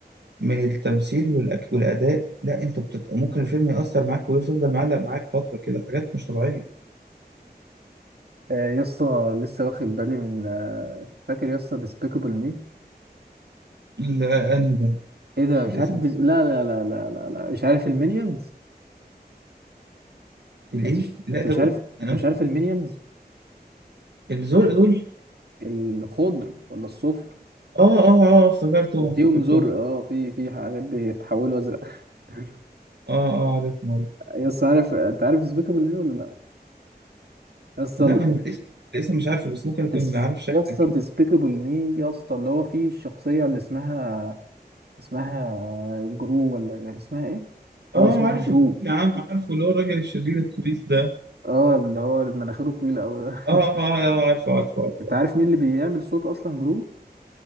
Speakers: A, on the right (about 90°); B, on the right (about 70°).
A: من التمثيل والأك... والاداء لا انت بتبقى ممكن الفيلم يأثر معاك ويفضل معلق معاك فترة كده حاجات مش طبيعية
B: آه، يا اسطى لسه واخد بالي من آه، فاكر يا اسطى ديسبيكابل مي
A: لا انهي ده
B: ايه ده مش
A: الاسم
B: عارف ديس... لا لا لا لا لا لا مش عارف المينيونز
A: الايه
B: انت مش
A: لا
B: انت
A: طب
B: مش عارف
A: انا
B: انت مش
A: ممكن-
B: عارف المينيونز
A: الزرق دول
B: الخضر ولا الصفر
A: اه اه اه آه، افتكرتهم
B: اللي فيهم
A: افتكرتهم
B: زرق اه في في حاجات بيتحولوا ازرق <laughs>
A: اه اه عارفهم عارفهم
B: يا اسطى عارف انت عارف ديسبيكابل مي ولا لا يا اسطى
A: لا
B: ال-
A: انا الاسم الاسم مش عارفه بس ممكن اكون
B: ديس
A: عارف شكلا
B: يا اسطى
A: كده
B: ديسبيكابل مي يا اسطى اللي هو فيه الشخصيه اللي اسمها اسمها جرو ولا اسمها ايه اه
A: اه
B: اسمها
A: عارفه
B: جرو
A: يا عم عارفه اللي هو الراجل الشرير الطويل ده
B: اه اللي هو مناخيره طويلة أوي ده
A: اه
B: <laughs>
A: اه اه آه، آه، عارفه عارفه عارفه
B: أنت عارف مين اللي بيعمل صوت أصلا جرو؟